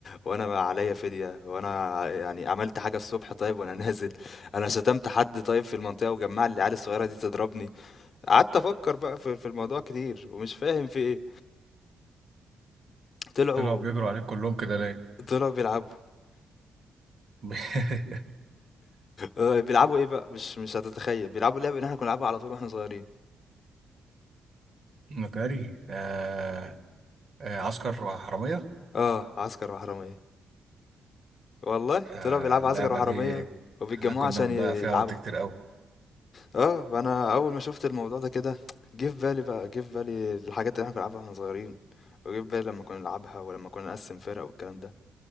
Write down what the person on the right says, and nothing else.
طلعوا بيجروا عليك كلهم كده ليه؟
<laughs>
مكاري آه... آه... عسكر وحرامية
آه...
اللعبة
دي
احنا كنا
بنضيع
فيها وقت كتير قوي